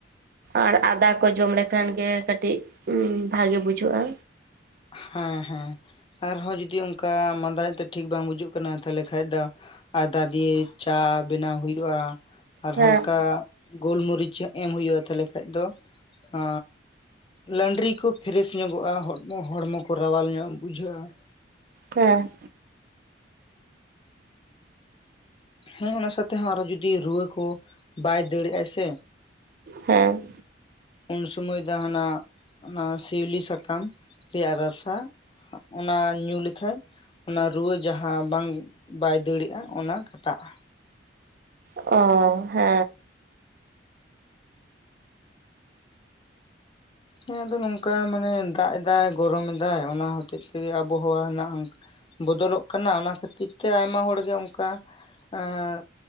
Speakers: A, on the right (about 50°); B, on the left (about 25°).
A: ᱟᱨ ᱟᱫᱟ ᱠᱚ ᱡᱚᱢ ᱞᱮᱠᱷᱟᱱ ᱜᱮ ᱠᱟᱴᱤᱜ ᱵᱷᱟᱜᱮ ᱵᱩᱡᱷᱟᱹᱜ-ᱟ᱾
B: ᱦᱮᱸ ᱦᱮᱸ ᱟᱨᱦᱚᱸ ᱡᱩᱫᱤ ᱚᱱᱠᱟ ᱢᱟᱸᱫᱟ ᱧᱚᱜ ᱛᱮ ᱴᱷᱤᱠ ᱵᱟᱝ ᱵᱩᱡᱩᱜ᱾ ᱠᱟᱱᱟ ᱛᱟᱦᱚᱞᱮ ᱠᱷᱟᱡ ᱫᱚ ᱟᱫᱟ ᱫᱤᱭᱟᱹᱭ᱾ ᱪᱟ ᱵᱮᱱᱟᱣ ᱦᱩᱭᱩᱜ-ᱟ ᱟᱨ
A: ᱦᱮᱸ
B: ᱦᱟᱞᱠᱟ ᱜᱳᱞᱢᱚᱨᱤᱪᱟᱜ᱾ ᱮᱢ ᱦᱩᱭᱩᱜ-ᱟ ᱛᱟᱞᱦᱮ ᱠᱷᱟᱡ ᱫᱚ ᱟ ᱞᱟᱱᱰᱨᱤ ᱠᱚ ᱯᱷᱮᱨᱮᱥ ᱧᱚᱜᱚᱜ-ᱟ᱾ ᱦᱚ ᱦᱚᱲᱢᱚ ᱠᱚ ᱨᱟᱣᱟᱞ ᱧᱚᱜ ᱵᱩᱡᱷᱟᱹᱜ-ᱟ᱾
A: ᱦᱮᱸ᱾
B: ᱦᱮᱸ ᱚᱱᱟ ᱥᱟᱛᱮ ᱦᱚᱸ ᱟᱨᱚ ᱡᱩᱫᱤ ᱨᱩᱣᱟᱹ ᱠᱚ ᱵᱟᱭ ᱫᱟᱹᱲᱭᱮᱫ-ᱟᱭ ᱥᱮ
A: ᱦᱮᱸ᱾
B: ᱩᱱᱥᱚᱢᱚᱭ ᱡᱟᱦᱟᱱᱟᱜ ᱚᱱᱟ ᱥᱤᱣᱞᱤ ᱥᱟᱠᱟᱢ ᱨᱮᱭᱟᱜ ᱨᱟᱥᱟ ᱚᱱᱟ ᱚᱱᱟ ᱧᱩ ᱞᱮᱠᱷᱟᱡ ᱚᱱᱟ ᱨᱩᱣᱟᱹ ᱡᱟᱦᱟᱸ ᱵᱟᱝ ᱵᱟᱭ ᱫᱟᱹᱲᱟᱜ-ᱟ ᱚᱱᱟ ᱠᱟᱴᱟᱜ-ᱟ᱾
A: ᱚ ᱦᱮᱸ᱾
B: ᱦᱮᱸ ᱟᱫᱚ ᱱᱚᱝᱠᱟ ᱢᱟᱱᱮ ᱫᱟᱜ ᱮᱫᱟᱭ, ᱜᱚᱨᱚᱢᱮᱫᱟᱭ ᱚᱱᱟ ᱦᱚᱛᱮᱡ ᱛᱮᱜᱮ ᱟᱵᱚᱦᱟᱣᱟ ᱦᱮᱱᱟᱜ-ᱟ ᱚᱝᱠᱟ᱾ ᱵᱚᱫᱚᱞᱚᱜ ᱠᱟᱱᱟ ᱚᱱᱟ ᱠᱷᱟᱹᱛᱤᱨ ᱛᱮ ᱟᱭᱢᱟ ᱦᱚᱲᱜᱮ ᱚᱱᱠᱟ ᱮᱸ